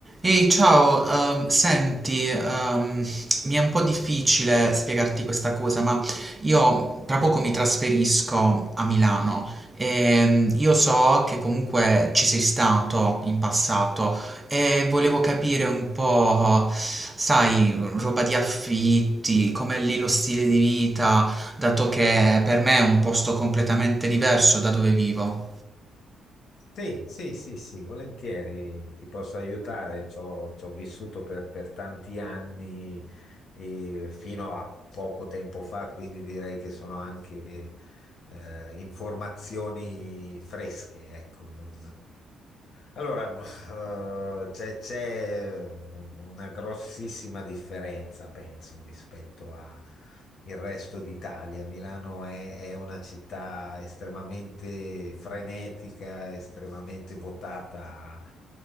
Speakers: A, on the right; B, on the left.
A: Ehi, ciao, ehm, senti, ehm, mi è un po' difficile spiegarti questa cosa, ma io tra poco mi trasferisco a Milano e ehm, io so che comunque ci sei stato in passato e volevo capire un po', sai, roba di affitti, com'è lì lo stile di vita, dato che per me è un posto completamente diverso da dove vivo.
B: Sì, sì, sì, sì, volentieri ti posso aiutare. Ci ho, ci ho vissuto per, per tanti anni, eh, fino a poco tempo fa, quindi direi che sono anche eh, informazioni fresche, ecco, non, allora, eh, c'è c'è eh, una grossissima differenza, penso, rispetto al resto d'Italia. Milano è, è una città estremamente frenetica, estremamente votata a